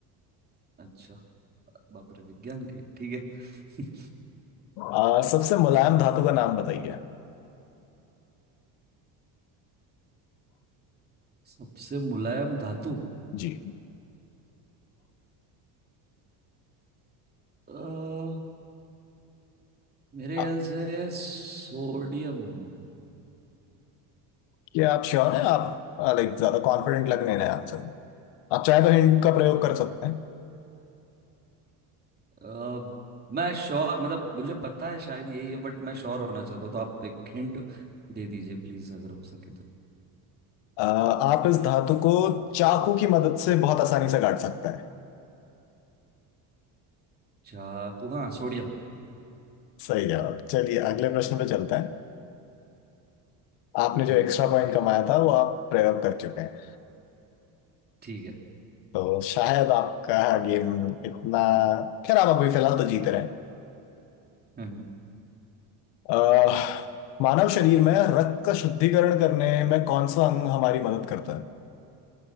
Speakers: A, on the right (about 20°); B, on the left (about 75°).
A: अच्छा बाप रे विज्ञान के ठीक है <laughs>
B: अ, सबसे मुलायम धातु का नाम बताइए
A: सबसे मुलायम धातु
B: जी
A: अ, मेरे
B: अ,
A: ख्याल से सोडियम है
B: क्या आप श्योर हैं आप लाइक ज्यादा कॉन्फिडेंट लगने रहे आंसर में आप चाहे तो हिंट का प्रयोग
A: अ,
B: कर सकते हैं
A: अ, मैं श्योर मतलब मुझे पता है शायद यही है बट मैं श्योर होना चाहता हूँ तो आप एक हिंट दे दीजिए प्लीज अगर हो सके तो
B: अ, आप इस धातु को चाकू की मदद से बहुत आसानी से काट सकते हैं
A: चाकू हाँ सोडियम
B: सही जवाब चलिए अगले प्रश्न पे चलते हैं आपने जो
A: हम्म,
B: एक्स्ट्रा पॉइंट कमाया था वो आप प्रयोग कर चुके हैं
A: ठीक
B: तो शायद आपका गेम इतना खैर आप अभी फिलहाल तो जीते रहे हैं।
A: है <laughs>
B: अह, मानव शरीर में रक्त का शुद्धिकरण करने में कौन सा अंग हमारी मदद करता है